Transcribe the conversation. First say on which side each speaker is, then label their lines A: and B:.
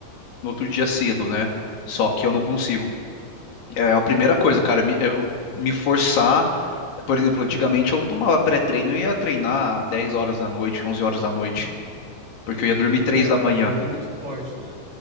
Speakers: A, on the left; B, on the right.
A: no outro dia cedo, né? Só que eu não consigo. É a primeira coisa, cara, me, eu me forçar. Por exemplo, antigamente eu tomava pré-treino e ia treinar dez horas da noite, onze horas da noite, porque eu ia dormir
B: Uhum.
A: 3
B: É,
A: da
B: a
A: manhã.
B: cafeína é muito forte, né?